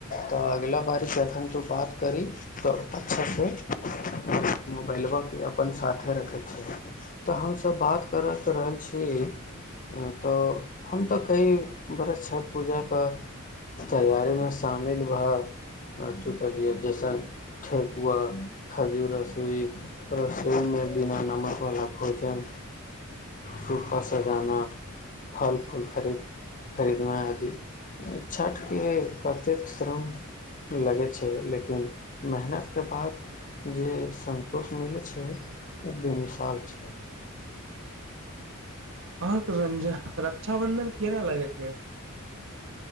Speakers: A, on the left; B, on the right.
A: तऽ अगिला बारी जखन तू बात करी तऽ अच्छासँ मोबाईलबा अपन साथे रखै छै तऽ हमसब बात करैत रहल छी हँ तऽ हम तऽ कई वर्ष छठ पूजाके तैयारीमे शामिल भऽ चुकलियै जैसन ठेकुआ खजूर रसोइ रसोईमे बिना नमकवला भोजन सूप सजाना फल फूल खरीद खरीदनाय आदि छठिकके कतेक श्रम लगै छै लेकिन मेहनतके बाद जे सन्तोष मिलै छै ओ बेमिशाल छै
B: हँ तऽ रंजा रक्षाबंधन केना लगै छै